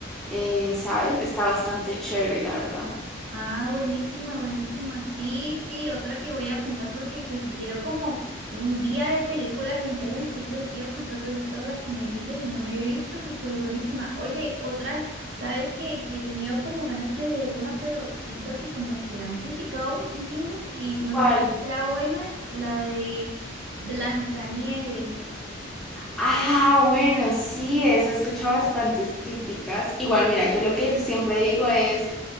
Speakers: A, in the centre; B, on the right.
A: eh, ¿sabes? Está bastante chévere, la verdad.
B: Ah, buenísima, buenísima. Sí, sí, otra que voy a apuntar porque que- que quiero como un día de películas enteras, entonces estoy apuntando así todas las que me dices y no me he visto, súper buenísima. Oye, otra, sabes que, que he tenido como ganas de ver una, pero siento que como que la han criticado muchísimo y no
A: ¿Cuál?
B: sé si sea buena la de Blancanieves.
A: Ah, bueno, sí, eso he escuchado bastantes críticas. Igual, mira, yo lo que siempre digo es...